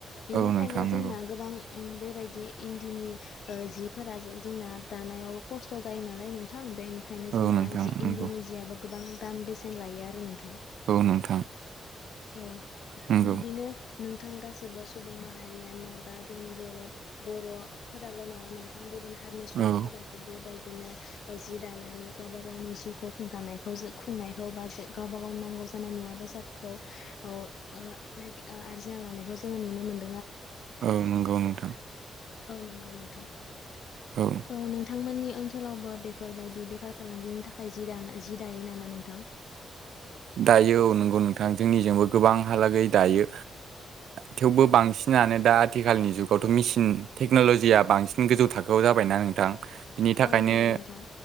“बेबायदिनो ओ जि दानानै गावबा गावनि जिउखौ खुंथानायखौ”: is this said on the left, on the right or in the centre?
Left